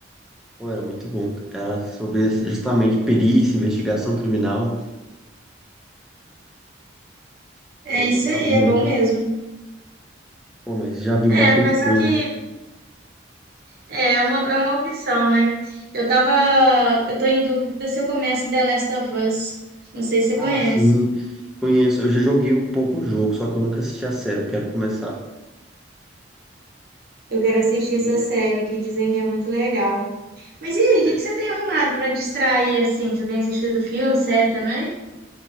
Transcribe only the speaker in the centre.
Pô, era muito bom. Era sobre esse- justamente perícia, investigação criminal.
Pô,
eu gostava
muito.
Pô, mas já viu bastante
coisa.
Ah,
sim. Conheço. Eu já joguei um pouco o jogo, só que eu nunca assisti a série. Eu quero começar.
E,
é,